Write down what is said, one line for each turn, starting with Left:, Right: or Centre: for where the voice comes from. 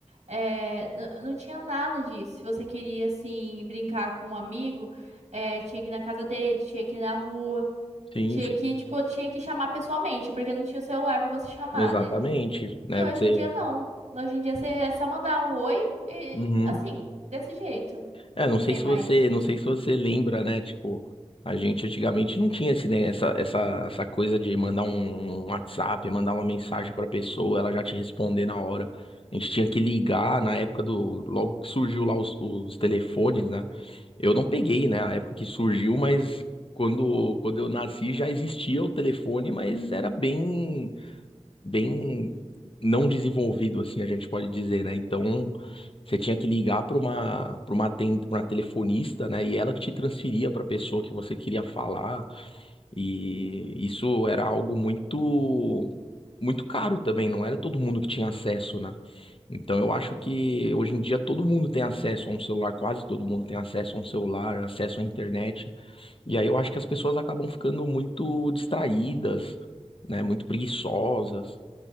Right: é, n- não tinha nada disso. Se você queria, assim, brincar com um amigo, é, tinha que ir na casa dele, tinha que ir na rua,
Left: sim,
Right: tinha
Left: sim.
Right: que, tipo, tinha que chamar pessoalmente, porque não tinha o celular pra você chamar,
Left: Exatamente,
Right: né?
Left: né?
Right: E hoje
Left: Você,
Right: em dia não. Hoje em dia você é só mandar um oi e,
Left: Uhum.
Right: assim, desse jeito.
Left: É, não
Right: Não
Left: sei
Right: tem
Left: se
Right: mais
Left: você,
Right: isso.
Left: não sei se você lembra, né? Tipo, a gente antigamente não tinha esse, ne- essa, essa, essa coisa de mandar um um WhatsApp, mandar uma mensagem pra pessoa, ela já te responder na hora. A gente tinha que ligar na época do, logo que surgiu lá os, os telefones, né? Eu não peguei, né, a época que surgiu, mas quando, quando eu nasci já existia o telefone, mas era bem bem não desenvolvido, assim, a gente pode dizer, né? Então, você tinha que ligar para uma, para uma, ten- pra uma telefonista, né? E ela que te transferia para a pessoa que você queria falar. E isso era algo muito, muito caro também, não era todo mundo que tinha acesso, né? Então, eu acho que hoje em dia todo mundo tem acesso a um celular, quase todo mundo tem acesso a um celular, acesso à internet. E aí eu acho que as pessoas acabam ficando muito distraídas, né, muito preguiçosas.